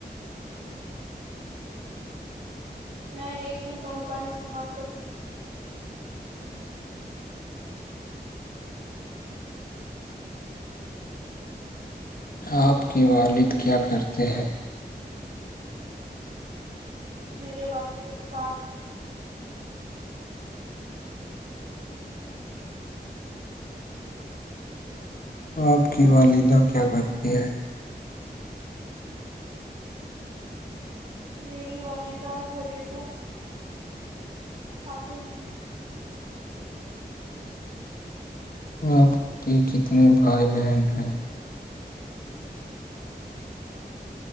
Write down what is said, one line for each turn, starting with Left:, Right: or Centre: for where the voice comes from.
Right: میں ایک گھنٹہ موبائل استعمال کرتی ہوں
Left: آپ کے والد کیا کرتے ہیں
Right: میرے والد دوستتاار ہیں
Left: آپ کی والدہ کیا کرتی ہے
Right: میری والدہ گھریلو آات ہیں
Left: آپ کے کتنے بھائی بہن ہیںن